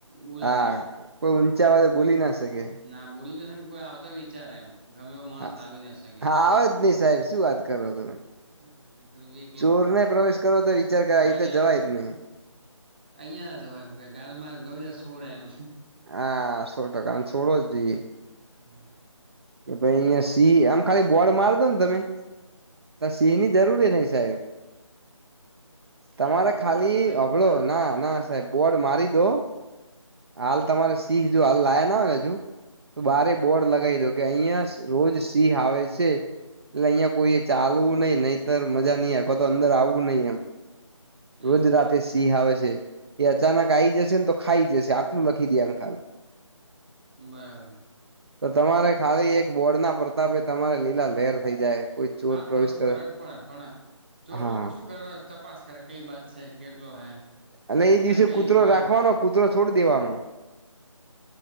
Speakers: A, on the right (about 20°); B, on the right (about 50°).
A: બોલે
B: હા
A: નહીં એમ
B: કોઈ ઊંચા વા તો ભૂલી ના શકે.
A: ના બોલી નથી ને કોઈ આવતા વિચારે એમ. ગમે એવો માણસ
B: હા
A: આવી ના શકે,
B: આવે જ નહી સાહેબ શું વાત કરો
A: હમ.
B: તમે
A: એટલે એક
B: ચોર ને પ્રવેશ કરો તો વિચાર કર
A: હા
B: એ
A: એટલે
B: તો જવાય
A: એટલે
B: જ
A: એટલે
B: નહી.
A: <unintelligible> અહિયાં ના જવા એમ કે ગા મા ગ છોડે એમ.
B: હષો ટકા છોડવો જ જોઈએ.
A: હમ.
B: કે ભાઈ અહિયાયા સિંહ આમ ખાલી બોર્ડ માર દો ને તમે, તો સિંહ ની જરૂરી નહી સાહેબ. તમારે
A: ના જુએ
B: ખાલી
A: ખરો પહી
B: હબળો
A: બોર્ડ
B: ના ના સાહેબ. બોર્ડ મારી દો હાલ તમારે સિંહ હજ હાલ લાયા ના હોયને હજુ. તો
A: હમ
B: બારે
A: હમ
B: બોર્ડ લગાવી દો કે અહિયાં રોજ સિંહ આવે છે. એટલે અહિયાયા કોઈ ચાલવું નઈ નહીતર મજા નઈ અખવા તો અંદર આવવું નહિ એમ.
A: હમ
B: રોજ
A: હમ
B: રાતે ઈ આવે છે એ અચાનક આઈ જશે ને તો ખાઈ જશે આટલું લખી દે એમ ખાલ.
A: બરાબર.
B: તો તમારે ખાલી એક બોર્ડ ના પ્રતાપે તમારે લીલા લેર થઈ જાય. કોઈ ચોર
A: હા થોડોક
B: પ્રવેશ કરે
A: ફરક પડે પણ ચોર
B: હા
A: લોકો શું કરવા ચપાસ કરે કઈ બાત છે કેટલો હે
B: અને એ
A: પાઈ
B: દિવસે
A: કઈ
B: કૂતરો
A: હોય
B: રાખવાનો
A: જ.
B: છોડી દેવાનું,